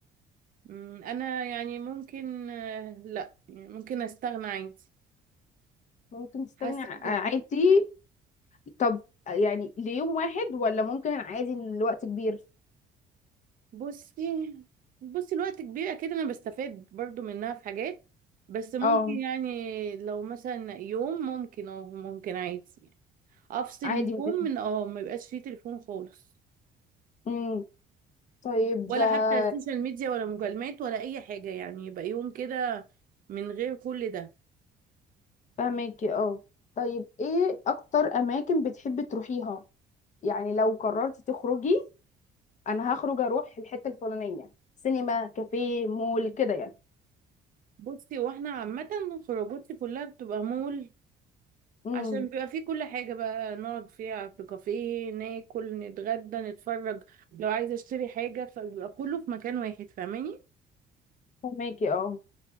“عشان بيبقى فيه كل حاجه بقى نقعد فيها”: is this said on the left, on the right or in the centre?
Right